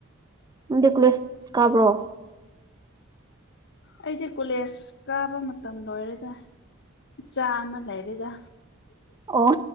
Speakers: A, on the right; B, on the left.
A: ꯗꯦꯀꯨꯂꯦꯁ ꯀꯥꯕ꯭ꯔꯣ
B: ꯑꯩꯗꯤ ꯀꯣꯂꯦꯖ ꯀꯥꯕ ꯃꯇꯝ ꯂꯣꯏꯔꯦꯗ ꯏꯆꯥ ꯑꯃ ꯂꯩꯔꯦꯗ
A: ꯑꯣ